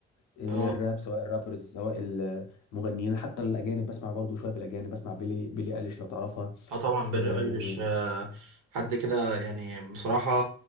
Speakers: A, on the left (about 70°); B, on the right (about 85°).
A: آه،
B: اه
A: الراب سواء الرابرز سواء المغنيين حتى الاجانب بسمع برضو شويه في الاجانب بسمع بيلي بيلي اليش لو تعرفها
B: اه طبعا بيلي
A: آه،
B: ايليش آه حد كده يعني بصراحة